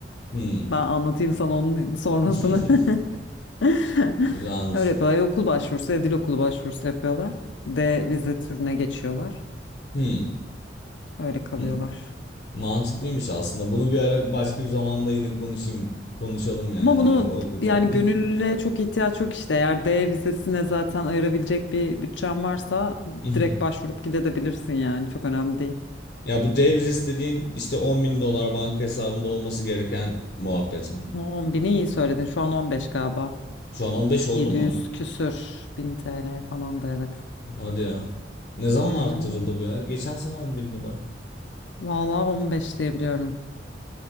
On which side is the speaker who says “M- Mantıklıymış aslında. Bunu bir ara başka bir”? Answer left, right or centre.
Left